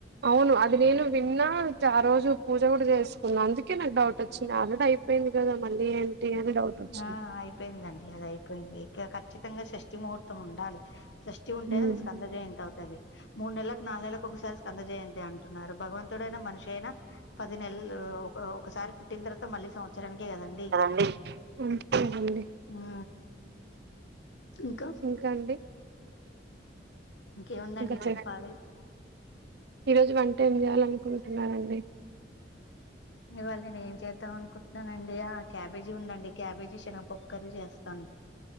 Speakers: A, on the right; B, on the left.
A: అవును అది నేను విన్నా ఆ రోజు పూజ కూడా చేసుకున్నాను అందుకే నాకు డౌట్ వచ్చింది ఆల్రెడీ అయి అపోయింది కదా మళ్ళీ ఏంటి అని డౌట్ వచ్చింది
B: ఆ అయిపోయిందండి అది అయిపోయింది ఇక ఖచ్చితంగా షష్టి ముహూర్తం ఉండాలి సషష్టి ఉంటేనే
A: ఉమ్.
B: మీ స్కంద జయంతి అవుతది మూడు నెలలకు నాలుగు నెలలకు ఒకసారి స్కంద జయంతి అంటున్నారు భగవంతుడైన మనిషి అయినా పది నెలలు ఒక ఒకసారి పుట్టిన తర్వాత మళ్ళీ సంవత్సరానికే కదండి
A: డి ఒకే అండి
B: ఆ ఇంకా
A: ఇంకా అండి
B: ఇంకేముందండి
A: ఇంకా చె
B: చెప్పాలి
A: ఈ రోజు వంట ఏం చేయాలనుకుంటున్నారండి
B: ఇవాళ నీను ఏం చేద్దాం అనుకుంటునా చేస్తానండి ఆ క్యాబేజీ ఉందండి క్యాబేజీ శనగాపప్పు కర్రీ చేస్తాను